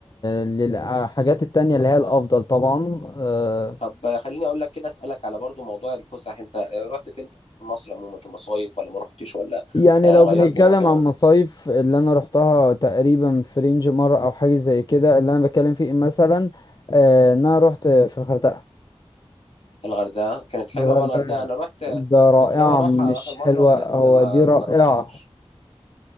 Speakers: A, on the left (about 40°); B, on the left (about 70°).
A: للحاجات التانية اللي هي الافضل طبعا آه،
B: طب آه، خليني اقول لك كده اسالك على برضو موضوع الفسح انت آه، رحت فين في مصر عموما في مصايف ولا ما رحتش ولا
A: يعني
B: آه،
A: لو
B: غيرت
A: بنتكلم
B: المكان
A: عن
B: ولا
A: مصايف اللي انا رحتها تقريبا في رينج مره او حاجه زي كده اللي انا بتكلم فيه مثلا آه، ان انا رحت في الغردقه
B: الغردقه كانت حلوه
A: الغردقة
B: بقى الغردقه انا رحت آه،
A: ده رائعة
B: كنت ناوي اروحها
A: مش
B: اخر مره
A: حلوة
B: بس
A: هو
B: ما
A: دي
B: ما
A: رائعة
B: جربتهاش